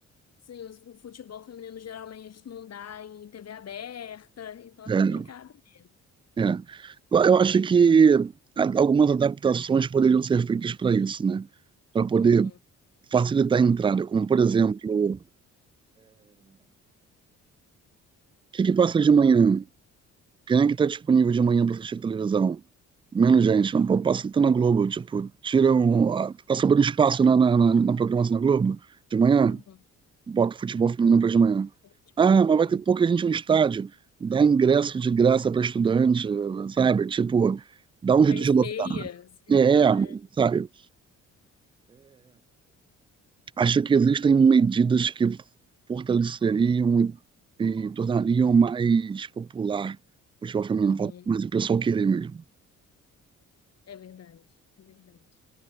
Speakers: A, on the left (about 55°); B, on the right (about 15°).
A: sim, os- o futebol feminino geralmente não dá em TV aberta, então é
B: É,
A: complicado mesmo.
B: É. Eu eu acho que a- algumas adaptações poderiam ser feitas para isso, né? Para poder
A: Uhum,
B: facilitar a entrada, como por exemplo, o que que passa de manhã? Quem é que está disponível de manhã para assistir televisão? Menos gente. Mas, pô, passa então na Globo, tipo, tira um, a- tá sobrando espaço na, na, na- na programação da Globo de manhã,
A: uhum.
B: bota futebol feminino para de manhã.
A: Futebol
B: Ah,
A: feminino.
B: mas vai ter pouca gente no estádio. Dá ingresso de graça para estudante, sabe? Tipo, dá um
A: Faz
B: jeito de
A: meia,
B: lotar.
A: sei
B: É,
A: lá. é.
B: sabe? Acho que existem medidas que fortaleceriam e, e tornariam mais popular o futebol feminino.
A: Uhum.
B: Falta mais o pessoal querer mesmo.
A: É verdade, é verdade.